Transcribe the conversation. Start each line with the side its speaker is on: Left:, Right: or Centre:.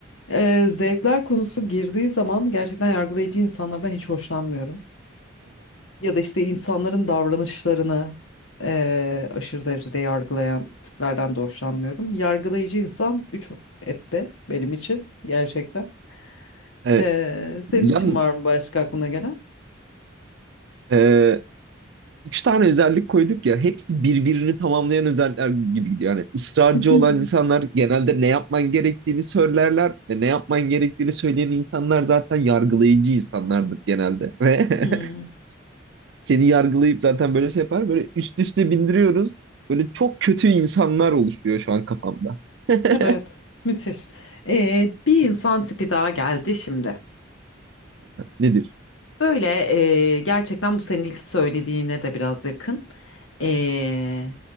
Left: e, zevkler konusu girdiği zaman gerçekten yargılayıcı insanlardan hiç hoşlanmıyorum. Ya da işte insanların davranışlarını e, aşırı derecede yargılayan tiplerden de hoşlanmıyorum. Yargılayıcı insan üç ette benim için gerçekten.
Right: Evet.
Left: E, senin
Right: Yalnız
Left: için var mı başka aklına gelen?
Right: e, üç tane özellik koyduk ya hepsi birbirini tamamlayan özellikler gibi gidiyor. Yani ısrarcı
Left: <laughs>
Right: olan insanlar genelde ne yapman gerektiğini söylerler ve ne yapman gerektiğini söyleyen insanlar zaten yargılayıcı insanlardır genelde. Ve
Left: Hmm,
Right: <laughs> seni yargılayıp zaten böyle şey yapar. Böyle üst üste bindiriyoruz. Böyle çok kötü insanlar oluşuyor şu an kafamda. <laughs>
Left: evet, müthiş. Ee, bir insan tipi daha geldi şimdi.
Right: Nedir?
Left: Böyle e, gerçekten bu senin ilk söylediğine de biraz yakın. Ee,